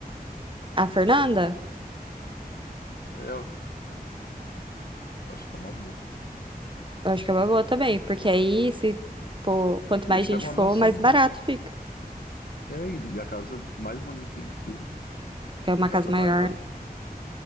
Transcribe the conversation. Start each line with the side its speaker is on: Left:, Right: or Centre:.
Right: A Fernanda,
Left: É, eu eu acho que é uma boa.
Right: eu acho que é uma boa também, porque aí se for, quanto
Left: Porque
Right: mais
Left: a gente
Right: gente
Left: pega uma
Right: for,
Left: mansão
Right: mais barato
Left: daí.
Right: fica.
Left: É, e e a casa mais bonita ainda, porque
Right: Porque é uma
Left: a casa
Right: casa
Left: maior.
Right: maior,